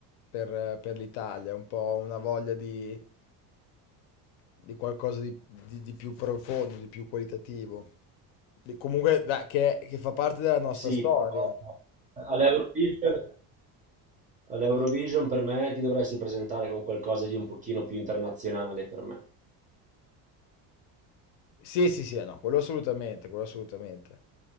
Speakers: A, on the left; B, on the right.
A: per, per l'Italia, è un po' una voglia di, di qualcosa di, di- di più profondo, di più qualitativo. Di- comunque, dai, che, che fa parte della nostra
B: Sì,
A: storia.
B: però all'Eurovision all'Eurovision per me ti dovresti presentare con qualcosa di un pochino più internazionale per me.
A: Sì, sì, sì, no, quello assolutamente, quello assolutamente.